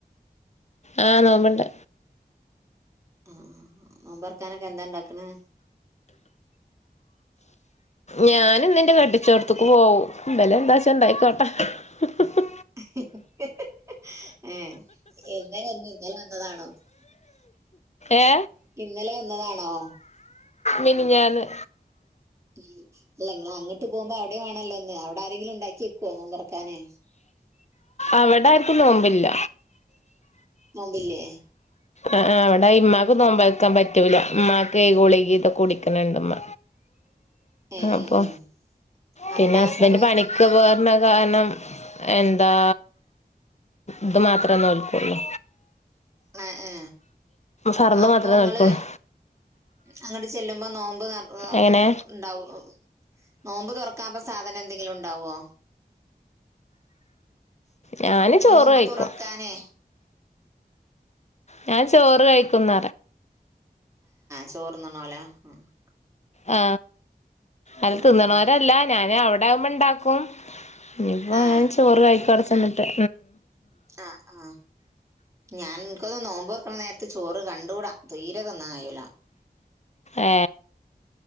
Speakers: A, on the left; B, on the right.
A: ആഹ് നോമ്പിണ്ട്
B: ആഹ് ആ നോമ്പൊറക്കാനൊക്കെ എന്താ ഇണ്ടാക്കണേ?
A: ഞാനും ഇന്നെന്റെ കെട്ടിച്ചോട്ത്തേക്ക് പോകും മ്പലം എന്താച്ച ഇണ്ടായിക്കോട്ട ഹ് ഹ് ഹ്
B: ഹി ഹി ഹി ഹ് ഹി ഹ് ആ എന്നാ വന്നേ ഇന്നലെ വന്നതാണോ?
A: ഏ
B: ഇന്നലെ വന്നതാണോ?
A: മിനിഞ്ഞാന്ന്‌
B: ഉം അല്ല നിങ്ങള് അങ്ങട്ട് പോകുമ്പോ അവിടെ ടെമാണല്ലോന്ന്‌ അവിടെ ആരെങ്കിലും ഉണ്ടാക്കിവെക്കുവോ നോമ്പൊറക്കാന്
A: അവിട ആർക്കും നോമ്പില്ല
B: നോമ്പില്ലേ?
A: ആ അവിടെ ഇമ്മാക്ക് നോമ്പേക്കാൻ പറ്റൂല ഉമ്മാക്കെ ഗുളിക ഒക്കെ പൊടിക്കനുണ്ടു ഉമ്മ
B: ഏഹ് ഏഹ്
A: അപ്പൊ
B: ഏഹ് അല്ല
A: പിന്നെ ഹസ്ബൻഡ്
B: ആ സമയത്ത്
A: പണിക്ക്
B: നിങ്ങള്
A: പോർണ കാരണം എന്താ ഇത് മാത്രേ നോല്പ്പുള്ളൂ
B: ആ, ആ
A: ഫർദ്
B: അപ്പൊ
A: മാത്രമേ
B: നിങ്ങള്
A: നോൽക്കുള്ളൂ
B: അങ്ങോട്ട് ചെല്ലുമ്പോ നോമ്പ്
A: എങ്ങനെ
B: ഉണ്ടാവും നോമ്പ് തുറക്കാ സാധനം എന്തെങ്കിലും ഉണ്ടാവോ
A: ഞാന്
B: നോമ്പ്
A: ചോറ് കഴിക്കും
B: തുറക്കാനേ
A: ഞാൻ ചോറ് കഴിക്കുന്ന
B: ചോറ് <unintelligible>
A: ആ, അത്
B: ആ
A: തിന്നണവരല്ല ഞാന് അവിടെ ആവുമ്പോ ഇണ്ടാക്കും ഇനിപ്പോ
B: ആ
A: ഞാൻ ചോറ് കഴിക്കും അവിടെ ചെന്നിട്ട്
B: ആ ആ ഞാൻ എനിക്കൊന്ന് നോമ്പ് ത്ത് ചോറ് കണ്ടൂടാ, തീര തന്ന കായൂല
A: ഏ